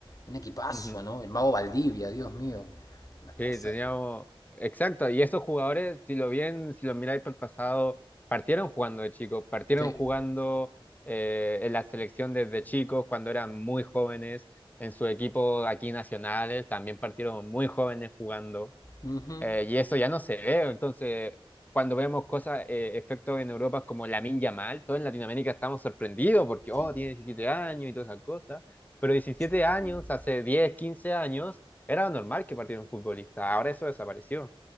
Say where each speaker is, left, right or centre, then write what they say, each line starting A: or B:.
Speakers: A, on the left; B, on the left.
A: Un equipazo,
B: ujú.
A: ¿no? El mago Valdivia, Dios mío. Una
B: Sí,
A: cosa.
B: teníamos... Exacto, y esos jugadores, si lo bien, si lo miráis para el pasado, partieron jugando de chicos, partieron
A: Sí.
B: jugando eh, en la selección desde chicos, cuando eran muy jóvenes, en su equipo aquí nacionales, también partieron muy jóvenes jugando.
A: Ujú.
B: Eh, y eso ya no se ve. Entonces, cuando vemos cosas, eh, efectos en Europa como Lamine Yamal, todos en Latinoamérica estamos sorprendidos porque,
A: Sí.
B: oh, tiene 17 años y todas esas cosas. Pero 17
A: Es increíble.
B: años, hace 10 15 años, era normal que partiera un futbolista. Ahora eso desapareció.